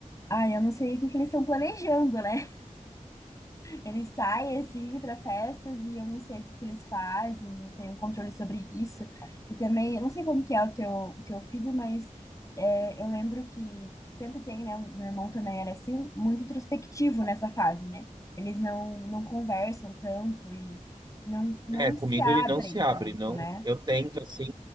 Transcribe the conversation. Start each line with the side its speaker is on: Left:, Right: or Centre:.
Left: ah, eu não sei o que, que eles estão planejando, né? Eles saem assim para festas e eu não sei o que que eles fazem, eu não tenho controle sobre isso. E também, eu não sei como que é o teu, o teu filho, mas é, eu lembro que sempre tem, né? Meu irmão também era assim, muito introspectivo nessa fase, né? Eles não, não conversam tanto e não, não
Right: É, comigo
Left: se abrem
Right: ele não se abre,
Left: tanto,
Right: não.
Left: né?
Right: Eu tento assim,